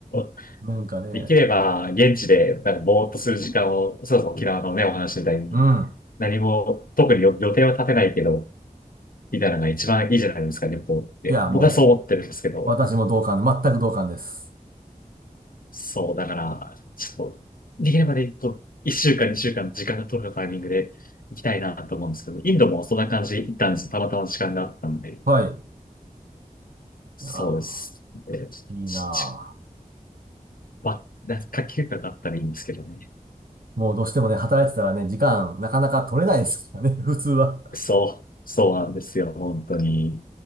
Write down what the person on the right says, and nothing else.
<laughs> なんかね。
うん。
いや、
もう、私も同感、全く同感です。
はい。
いやー
いいな
あ
もうどうしてもね、働いてたらね、時間なかなか取れないですからね、<laughs> 普通は。